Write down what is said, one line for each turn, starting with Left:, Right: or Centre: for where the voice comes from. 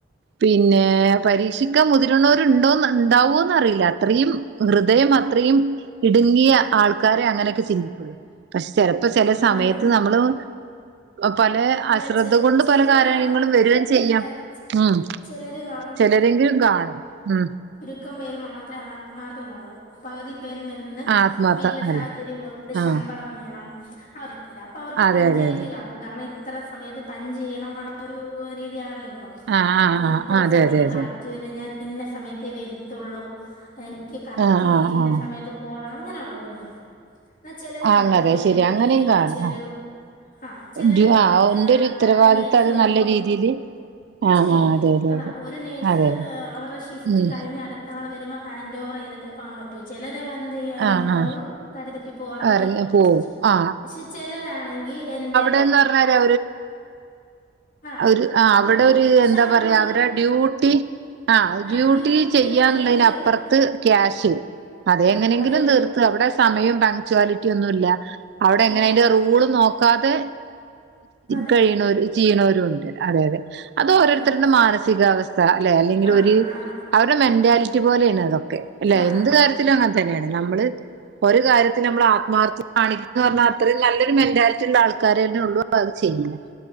Right: പിന്നെ പരീക്ഷിക്കാൻ മുതിരുണവരുണ്ടോന്ന് ഉണ്ടാവോന്ന് അറിയില്ല അത്രയും ഹൃദയം അത്രയും ഇടുങ്ങിയ ആൾ ആൾക്കാരെ അങ്ങനെയൊക്കെ ചിന്തിക്കുള്ളൂ പക്ഷെ ചെലപ്പോ ചെല
Left: അതാണ്
Right: സമയത്ത് നമ്മളും പലെ
Left: അല്ല
Right: അശ്രദ്ധ
Left: ചെ
Right: കൊണ്ട്
Left: ചിലര്
Right: പല കാര്യങ്ങളും
Left: കാണും
Right: വരുവേം ചെയ്യാം
Left: അല്ല
Right: ഉം
Left: ചിലര് കാണും
Right: ചിലരെങ്കിലും കാണണും ഉം
Left: ക്കം പേര് മാത്രേ ആത്മാർത്ഥ കാണൂ പകുതി പേരും വരുന്നത്
Right: ആ ആത്മാർത്ഥ
Left: വീട്ടിലെ
Right: അല്ലെ
Left: സാഹചര്യം കൊണ്ട്
Right: ആഹ്
Left: ശമ്പളം വേണം ആ ല്ല അപ്പൊ അവർക്ക്
Right: അതെ
Left: പഞ്ച്വാലിറ്റി
Right: അതെ അതെ
Left: കാണും കാരണം ഇ സമയത്ത് പഞ്ച് ചെയ്യണം ആ ഒരു രീതിയാണല്ലോ അപ്പൊ
Right: ആഹ് ആഹ്
Left: അപ്പൊ ഇത്ര
Right: ആഹ് അതെ
Left: സമയത്ത്
Right: അതെ അതെ
Left: കറക്റ്റ് വരെ ഞാൻ ഇന്ന സമയത്ത വരു തൊള്ളൂ എന്ന് ക്ക് കറക്റ്റ്
Right: ആഹ് ആഹ്
Left: ഇന്ന
Right: ആഹ്
Left: സമയത്ത് പോണം അങ്ങനെയുള്ളവരൊന്നും <inaudible> എന്നാ ചിലര്
Right: ആ
Left: കാണും
Right: അങ്ങനെ
Left: അയ്യോ
Right: അതെ ശരി
Left: എന്നെ
Right: അങ്ങനെയും
Left: ഏപ്പിചൊരു
Right: കാണാം.
Left: ആ ചില
Right: ഡ്യൂ-
Left: ഇത് കാണും
Right: ആ, എന്റെ
Left: അ
Right: ഒരു ഉത്തരവാദിത്തം
Left: അടുത്ത നേഴ്സ്
Right: അത്
Left: വരുമ്പം
Right: നല്ല രീതിയില് ആ
Left: ചെയ്യും
Right: ആ അതെ അതെ
Left: അതാ
Right: അതെ
Left: ഒരു നേഴ്സ്
Right: അതെ
Left: അവരുടെ ഷിഫ്റ്റ്
Right: ഉം
Left: കഴിഞ്ഞ് അടുത്ത ആള് വ മ്പം ഹാൻഡോവറ് ചെയ്തിട്ടെ പോകാൻ പറ്റു ചെലര് എന്ത് ചെയ്യ അതിനന്
Right: ആ
Left: മുമ്പങ്ും
Right: ആ
Left: കടുതപ്പി പോറവണ
Right: ഇറങ്ങി
Left: ഒപ്പിച്ച്
Right: പോവും
Left: വെച്ചി്
Right: ആ
Left: പക്ഷെ ചിലരാണെങ്കിൽ എൻന്റെ
Right: ന്ന് പറഞ്ഞ അവരരു
Left: ആഹ്
Right: ഒരു ആ അവിടെ
Left: അവർക്ക്
Right: ഒരു എന്താ
Left: ശമ്പളം
Right: പറയാ
Left: മതി
Right: അവടെ ഡ്യൂട്ടി ആ ഡ്യൂട്ടി
Left: ആഹ്
Right: ചെയ്യാന്നുള്ളതിനപ്പുറത്ത്
Left: എങ്ങനെങ്കിലും തീർക്കണം
Right: ക്യാഷ് അതെ
Left: ആഹ്
Right: എങ്ങനെങ്കിലും
Left: അതേ ഉള്ളൂ
Right: തീർത്ത് അവിടെ സമയം പാക്ച്വാലിറ്റി ിയൊന്നുമല്ല അവിടെ എങ്ങനെ
Left: ഇല്ല
Right: അ്റെറൂള് നോക്ക അത്
Left: അതെ
Right: കഴിയണ ചെയ്യണോ അതെ അതെ അത് ഓരോരുത്തരുടെ
Left: അവർ
Right: മാനസികാവസ്ഥ അല്ലെ അല്ലെങ്കിൽ
Left: ആണ്
Right: ഒരു
Left: ആണ്
Right: അവ മന്റാലിറ്റി പോലെയാണ് അതോ അല്ല
Left: ആണ്
Right: എന്ത്
Left: ആണ്
Right: കാര്യത്തിലും അങ്ങനെ തന്നെയാണ് നമ്മള് ഒരു കാര്യത്തിൽ നമ്മൾ ആത്മാർത്ഥ കാണിക്കന്ന് പറഞ്ഞാൽ അത്രയും നല്ലൊരു മെന്റാലിറ്റി ഉള്ള ആൾക്കാര തന്നെ ഉള്ളൂ അ അത് ചെയ്യില്ല